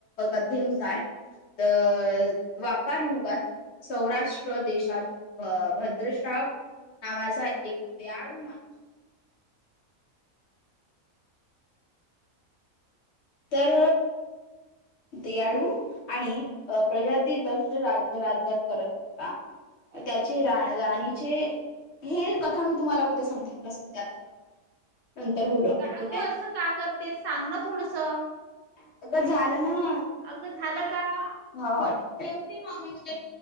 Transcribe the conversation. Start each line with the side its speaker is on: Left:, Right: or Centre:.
Left: कथेनुसार द.. द्वापारयुगात सौराष्ट्र देशात भ भद्रश्राव नावाचा एक दयाळु माणूस तर देयाळु आणि प्रजाती दक्ष राज्य राज्यात करत होता.
Right: अच्छा
Left: त्याची
Right: अच्छा
Left: रा राणीचे ही कथा मी तुम्हाला उद्या सांगते, मला सध्या आता नंतर बोलू आपण
Right: का
Left: ठीक
Right: ग
Left: आहे
Right: असं का करते सांग ना
Left: <inaudible>
Right: थोडस
Left: अग झाल न
Right: अगं झालं
Left: झाल का? हो हो ठीक आहे, ठेवती मग मी उद्या